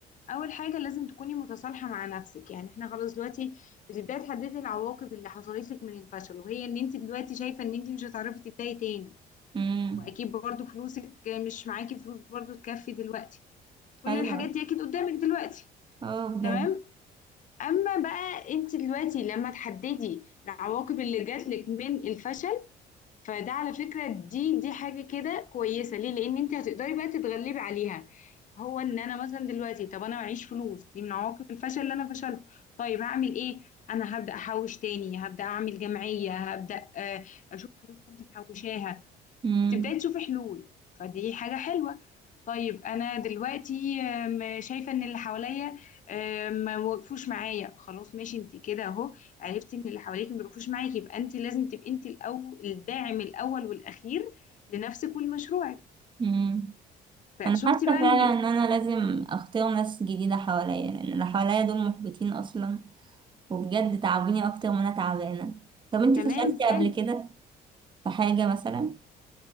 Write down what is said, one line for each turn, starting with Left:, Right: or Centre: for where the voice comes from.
Left: اول حاجه لازم تكوني متصالحه مع نفسك يعني احنا خلاص دلوقتي بتبداي تحددي العواقب اللي حصلت لك من الفشل وهي ان انت دلوقتي شايفه ان انت مش هتعرفي تبداي تاني
Right: مم.
Left: واكيد برضو فلوسك مش معاكي فلوس برضو تكفي دلوقتي كل
Right: أيوه
Left: الحاجات دي اكيد قدامك دلوقتي
Right: أه بجد
Left: تمام اما بقى انت دلوقتي لما تحددي العواقب اللي جات لك من الفشل فده على فكرة دي دي حاجة كده كويسة ليه؟ لأن انت هتقدري بقى تتغلبي عليها هو ان انا مثلا دلوقتي طب انا معيش فلوس دي من عواقب الفشل اللي انا فشلت طيب هعمل ايه؟ انا هبدأ احوش تاني هبدأ اعمل جمعية هبدأ آه، اشوف فلوس كنت محوشاها
Right: مم.
Left: بتبداي تشوفي حلول فدي حاجة حلوة طيب أنا دلوقتي آم، شايفة إن اللي حواليا آم، ما وقفوش معايا خلاص ماشي أنت كده أهو عرفتي إن اللي حواليك ما وقفوش معاكي يبقى أنت لازم تبقي أنت الأول الداعم الأول والأخير لنفسك ولمشروعك
Right: مم.
Left: فشفتي
Right: انا حاسه
Left: بقى
Right: فعلا
Left: إن
Right: ان انا لازم اختار ناس جديده حواليا لان اللي حواليا دول محبطين اصلا وبجد تعبوني اكتر ما انا تعبانه طب انت
Left: تمام
Right: فشلتي
Left: حلو
Right: قبل كده في حاجه مثلا